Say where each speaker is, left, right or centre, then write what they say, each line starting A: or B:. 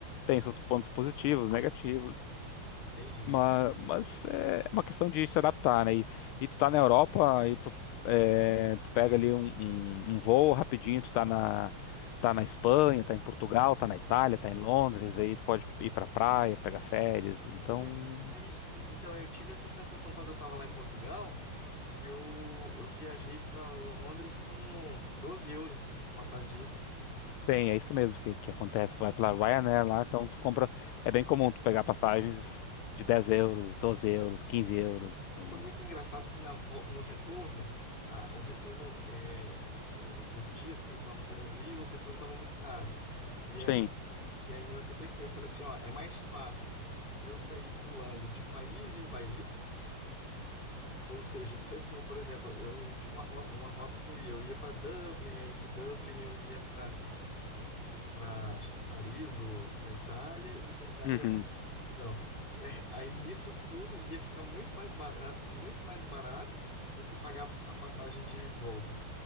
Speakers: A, on the left; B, on the left.
A: tem seus pontos positivos, negativos
B: Entendi.
A: mas, mas é é uma questão de se adaptar, né? E, e tu tá na Europa e tu, é, tu pega ali um, um, um voo rapidinho, tu tá na, tá na Espanha, tá em Portugal, tá na Itália, tá em Londres, aí tu pode ir pra praia, pegar férias. Então,
B: Pois é, foi isso. que- Então, eu tive essa sensação quando eu estava lá em Portugal, que eu, eu viajei para Londres com 12 euros passagem de ida.
A: tem, é isso mesmo que, que acontece. Tu vai pela Ryanair lá, então tu compra. É bem comum tu pegar passagens de 10 euros, 12 euros, 15 euros. e-
B: Foi muito engraçado que na, vo- no retorno, a, o retorno, é, é, os dias que eu estava querendo ir, o retorno estava muito caro. E aí,
A: Sim.
B: e aí eu até brinquei, eu falei assim, ó, é mais fácil eu sair pulando de país em país Ou seja, se eu for, por exemplo, eu eu tinha uma, ro- uma rota que eu ia, eu ia para Dublin, aí de Dublin eu ia para para acho que Paris ou para Itália e da Itália
A: Uhum.
B: ia pra Portugal. É, aí nisso tudo ia ficar muito mais barato, muito mais barato do que pagar a passagem de volta